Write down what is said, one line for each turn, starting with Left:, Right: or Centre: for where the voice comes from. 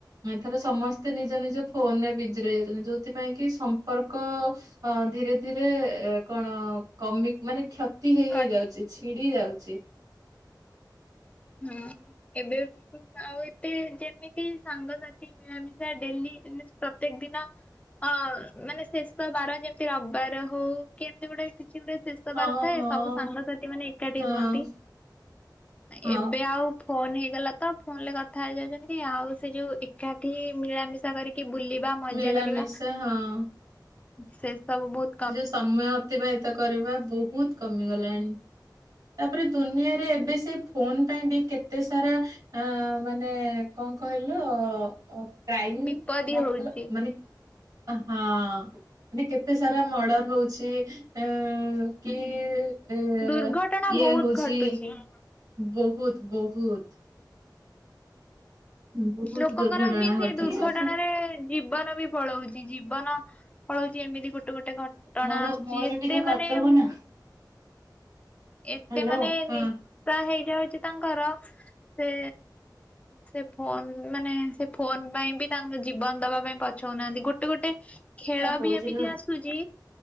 Right: ଏଥର ସମସ୍ତେ ନିଜ ନିଜ ଫୋନରେ ବିଜି ରହି ଯାଉଛନ୍ତି ଯୋଉଥିପାଇଁ କି ସମ୍ପର୍କ ହଁ ଧୀରେ ଧୀରେ ଏ କଣ କମି ମାନେ କ୍ଷତ୍ କ୍ଷତି ହେଇ
Left: କଟି
Right: ହେଇ ଯାଉଛି ଛିଡି ଯାଉଛି।
Left: ହୁଁ ଉ ଏବେ ଆଉ ଏତେ ଯେମିତି ସାଙ୍ଗସାଥି ମିଳାମିଶା ଡେଲି ପ୍ରତ୍ୟେକ ଦିନ ହଁ, ମାନେ ଶେଷ ବାର ଯେମିତି ରବିବାର ହଉ କି ଏମିତି ଗୋଟେ କିଛି ଗୋଟେ ଶେଷ୍ ଶେଷବାର
Right: ହଁ
Left: ଥାଏ
Right: ହଁ
Left: ସବୁ ସାଙ୍ଗସାଥି ମାନେ ଏକାଠି
Right: ହଁ
Left: ହୁଅନ୍ତି।
Right: ହଁ
Left: ଏବେ ଆଉ ଫୋନ ହେଇଗଲା ତ ଫୋନରେ କଥା ହେଇଯାଉଚନ୍ତି ଆଉ ସେ ଯଉ ଏକାଠି ମିଳାମିଶା କରିକି ବୁଲିବା ମଜା
Right: ମିଳାମିଶା
Left: କରିବା
Right: ହଁ।
Left: ସେ ସବୁ ବହୁତ୍
Right: ସେ ଯେଉ ସମୟ ଅତିବାହିତ କରିବା ବହୁତ କମିଗଲାଣି। ତାପରେ ଦୁନିଆରେ ଏବେ ସିପ୍ ଫୋନ ପାଇଁ ବି କେତେ ସାରା ଆ ମାନେ କଣ କହିଲ ଅ କ୍ରାଇମ୍
Left: ବିପଦ
Right: ମତଲବ୍
Left: ହଉଛି
Right: ମାନେ ହଁ। ମାନେ କେତେ ସାରା ମର୍ଡର ହଉଚି ଅ କି ଏ
Left: ଦୁର୍ଘଟଣା
Right: ଇଏ
Left: ବହୁତ
Right: ହଉଚି
Left: ଘଟୁଛି।
Right: ବହୁତ- ବହୁତ୍। ବହୁତ
Left: ଲୋକଙ୍କରବି
Right: ଦୁର୍ଘଟଣା
Left: ସେଇଦୁର୍ଘଟଣାରେ
Right: ଘଟ ଇଏ
Left: ଜୀବନବି ପଳଉଚି ଜୀବନ ପଳଉଚି ଏମିତି ଗୋଟେ ଗୋଟେ ଘ ଘଟଣା
Right: ମୋର
Left: ଆସୁଚି
Right: ମୋର
Left: ଏତେ
Right: ଟିକେ କରିଦବୁ
Left: ମାନେ ମୁଁ
Right: ନା
Left: ଏତେ
Right: ହ୍ୟାଲୋ
Left: ମାନେ
Right: କଣ
Left: ନିଶା ହେଇଯାଉଚି ତାଙ୍କର ସେ
Right: <inaudible>
Left: ସେଫୋନ୍ ମାନେ ସେଫୋନ୍ ପାଇଁବି ତାଙ୍କ ଜୀବନ ଦବା ପାଇଁ ପଛଉନାହାନ୍ତି ଗୋଟେ ଗୋଟେ ଖେଳବି
Right: କହୁଥିଲୁ?
Left: ଏମିତି ଆସୁଚି